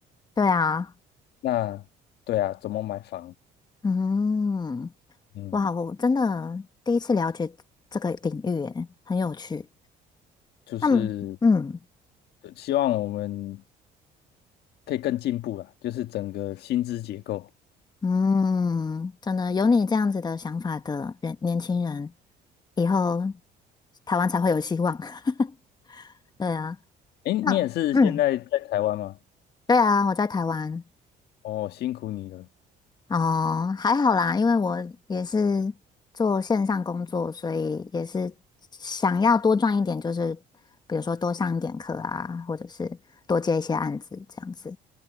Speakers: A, on the left; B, on the left.
A: 对啊，
B: 那对啊，怎么买房？
A: 嗯，
B: 嗯，
A: 哇，我真的第一次了解这个领域，耶，很有趣。
B: 就是
A: 那么嗯。
B: 呃希望我们可以更进步啦，就是整个薪资结构。
A: 嗯，真的有你这样子的想法的人，年轻人，以后台湾才会有希望。<laughs> 对啊，
B: 诶，
A: 那嗯，
B: 你也是现在在台湾吗？
A: 对啊，我在台湾
B: 哦，辛苦你了。
A: 哦，还好啦，因为我也是做线上工作，所以也是想要多赚一点，就是比如说多上一点课啊，或者是多接一些案子这样子。